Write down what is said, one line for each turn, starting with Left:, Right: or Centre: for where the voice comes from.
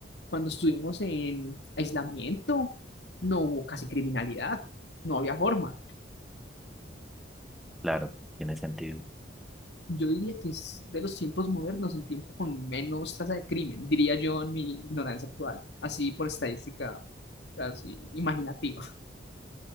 Left: cuando estuvimos en aislamiento, no hubo casi criminalidad, no había forma.
Centre: claro, tiene sentido.
Left: Yo diría que es de los tiempos modernos el tiempo con menos tasa de crimen, diría yo en mi ignorancia actual, así por estadística, así imaginativa.